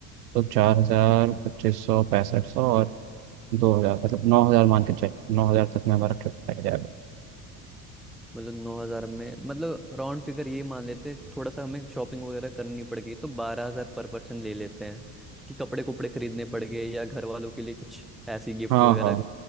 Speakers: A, on the right; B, in the centre.
A: तो चार
B: हम्म,
A: हज़ार पच्चीस सौ पैंसठ सौ और दो हज़ार
B: हम्म,
A: मतलब नौ हज़ार मान के चले नौ हज़ार तक में हमारा ट्रिप पड़ जाएगा
B: मतलब नौ हजार में मतलब राउंड फिगर ये मान लेते हैं थोड़ा सा हमें शॉपिंग वगैरह करनी पड़ गई तो बारह हजार पर पर्सन ले लेते हैं कि कपड़े कुपड़े खरीदने पड़ गए या घर वालों के लिए कुछ ऐसी गिफ्ट
A: हाँ
B: वगैरह
A: हाँ